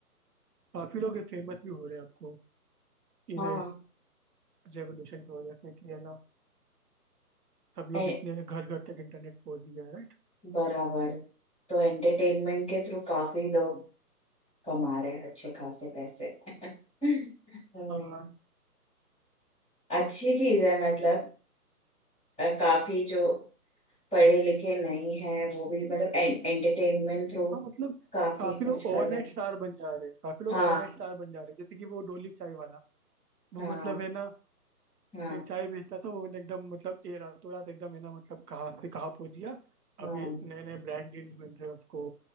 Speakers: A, on the right; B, in the centre.
A: काफी लोग फेमस भी हो रहे हैं आपको ये
B: हाँ
A: ना इस रेवोल्यूशन की वजह से कि है ना सब लोग
B: ए-
A: इतने घर घर तक इंटरनेट पहुंच गया है राइट
B: बराबर तो एंटरटेनमेंट के थ्रू काफी लोग कमा रहे हैं अच्छे खासे पैसे हम्म,
A: हाँ
B: <laughs> अच्छी चीज है मतलब अ, काफी जो पढ़े लिखे नहीं है वो भी मतलब एंटरटेनमेंट थ्रू
A: हाँ मतलब
B: काफी
A: काफी
B: कुछ
A: लोग ओवरनाइट
B: कर ले
A: स्टार बन जा रहे हैं काफी लोग
B: हाँ
A: ओवरनाइट स्टार बन जा रहे हैं जैसे कि वो डोली चाय वाला वो
B: हाँ
A: मतलब है ना
B: हाँ
A: एक चाय बेचता था वो मतलब एकदम मतलब ए रातों रात एकदम है ना मतलब कहाँ से कहाँ पहुंच गया
B: हाँ
A: अभी नए नए ब्रांड डील्स मिल रहे हैं उसको